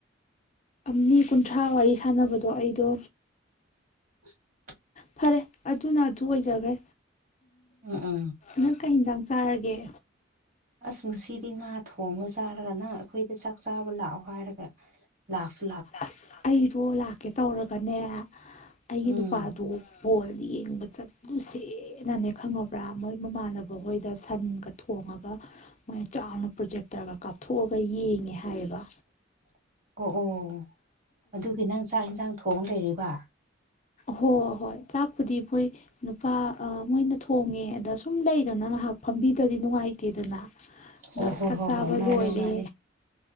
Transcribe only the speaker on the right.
<unintelligible>
ꯎ ꯑ
ꯑꯁ ꯉꯁꯤꯗꯤ ꯉꯥ ꯊꯣꯡꯕ ꯆꯥꯔꯒ ꯅꯪ ꯑꯩꯈꯣꯏꯗ ꯆꯥꯛ ꯆꯥꯕ ꯂꯥꯛꯑꯣ ꯍꯥꯏꯔꯒ ꯂꯥꯛꯁ
ꯎꯝ
<inaudible>
<inaudible> ꯑꯣ ꯑꯗꯨꯒꯤ ꯅꯪ ꯆꯥꯛ ꯏꯟꯁꯥꯡ ꯊꯣꯡ ꯂꯩꯔꯤꯕ
ꯑꯣ ꯍꯣꯏ
ꯍꯣꯏ
ꯍꯣꯏ ꯃꯥꯅꯦ
ꯃꯥꯅꯦ